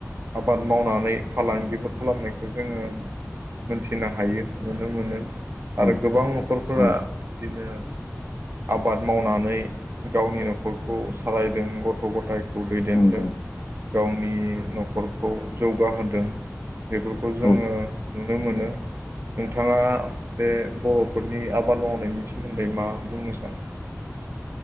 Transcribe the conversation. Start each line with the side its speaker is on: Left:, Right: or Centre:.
Right: आबाद मावनानै फालांगिबो खालामनायखौ जोङो मोनथिनो हायो नुनो मोनो आरो
Left: औ
Right: गोबां न'खरफोरा
Left: औ
Right: बिदिनो आबाद मावनानै गावनि न'खरखौ सालायदों गथ' गथाय खौ दैदेनदों
Left: नंगौ
Right: गावनि न'खरखौ जौगाहोदों बेफोरखौ जोङो
Left: औ
Right: नुनो मोनो नोंथाङा बे बर'फोरनि आबाद मावनायनि सोमोन्दै मा बुंनो सानो